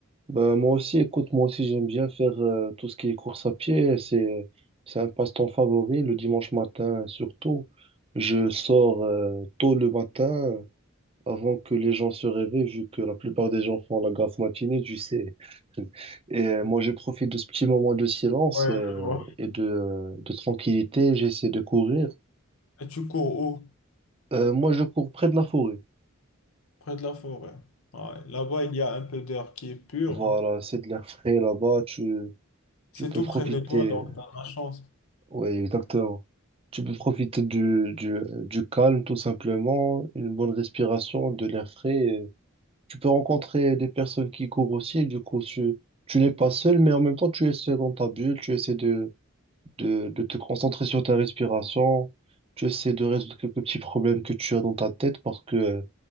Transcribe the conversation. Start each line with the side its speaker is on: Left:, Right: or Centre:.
Right: Ben, moi aussi, écoute, moi aussi, j'aime bien faire euh, tout ce qui est course à pied. C'est, c'est un passe-temps favori. Le dimanche matin, surtout, je sors euh, tôt le matin. avant que les gens se réveillent, vu que la plupart des gens font la grasse matinée, tu sais. <laughs> Et euh, moi, je profite de ce petit moment de silence
Left: Ouais,
Right: euh,
Left: je vois.
Right: et de, de tranquillité. J'essaie de courir.
Left: Et tu cours où?
Right: Euh, moi, je cours près de la forêt.
Left: Près de la forêt. Ouais. Là-bas, il y a un peu d'air qui est pur.
Right: Voilà,
Left: hein.
Right: c'est de l'air frais là-bas. Tu,
Left: C'est
Right: tu peux
Left: tout
Right: profiter.
Left: près de toi, donc t'as de la chance.
Right: Oui, exactement. Tu peux profiter du, du, du calme, tout simplement, une bonne respiration, de l'air frais. tu peux rencontrer des personnes qui courent aussi, du coup, tu, tu n'es pas seul, mais en même temps, tu essaies dans ta bulle, tu essaies de, de, de te concentrer sur ta respiration, tu essaies de résoudre quelques petits problèmes que tu as dans ta tête parce que euh,